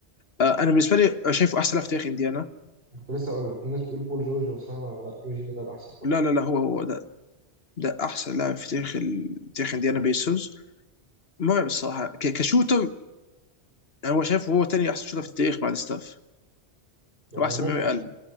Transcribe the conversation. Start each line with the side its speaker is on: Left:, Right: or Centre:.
Left: آه، انا بالنسبه لي شايفه احسن لاعب في تاريخ انديانا
Right: كنت لسه اقول لك الناس بتقول بول جورج بس انا لا ريجي ميلر احسن طبعا
Left: لا لا لا هو هو ده ده احسن لاعب في تاريخ ال- تاريخ انديانا
Right: آه،
Left: بيسوس مرعب الصراحه ك- كشوتر هو شايفه هو تاني احسن شوتر في التاريخ بعد ستاف
Right: آه،
Left: هو احسن
Right: ممكن
Left: من ميري الن